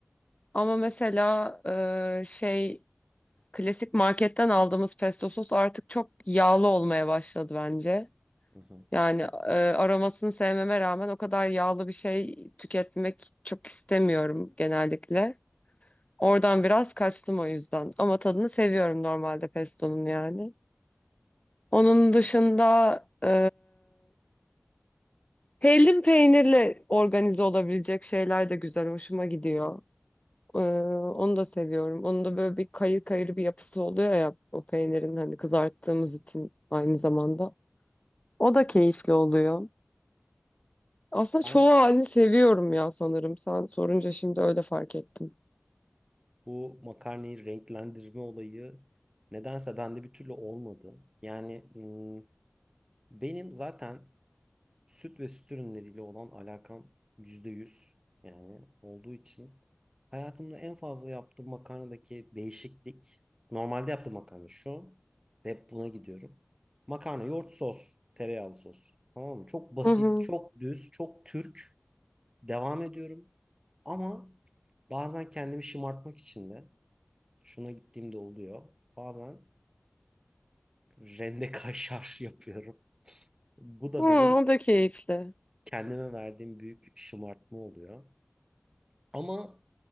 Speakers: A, on the left; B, on the right.
A: Ama mesela e, şey klasik marketten aldığımız pesto sos artık çok yağlı olmaya başladı bence.
B: Hı hı.
A: Yani e, aromasını sevmeme rağmen o kadar yağlı bir şey tüketmek çok istemiyorum genellikle. Oradan biraz kaçtım o yüzden. Ama tadını seviyorum normalde pestonun yani. Onun dışında e, hellim peynirle organize olabilecek şeyler de güzel, hoşuma gidiyor. E, onu da seviyorum. Onun da böyle bir kayır kayır bir yapısı oluyor ya o peynirin hani kızarttığımız için aynı zamanda. O da keyifli oluyor. Aslında
B: Ben
A: çoğu halini seviyorum ya sanırım. Sen sorunca şimdi öyle fark ettim.
B: bu makarnayı renklendirme olayı nedense bende bir türlü olmadı. Yani hmm, benim zaten Süt ve süt ürünleriyle olan alakam %100 yani olduğu için hayatımda en fazla yaptığım makarnadaki değişiklik normalde yaptığım makarna şu ve hep buna gidiyorum. Makarna, yoğurt, sos, tereyağlı sos. Tamam mı? Çok basit,
A: Hı hı.
B: çok düz, çok Türk. Devam ediyorum. Ama bazen kendimi şımartmak için de şuna gittiğimde oluyor. Bazen rende kaşar <laughs> yapıyorum. Bu da
A: Hı, o
B: benim
A: da keyifli.
B: kendime verdiğim büyük şımartma oluyor. Ama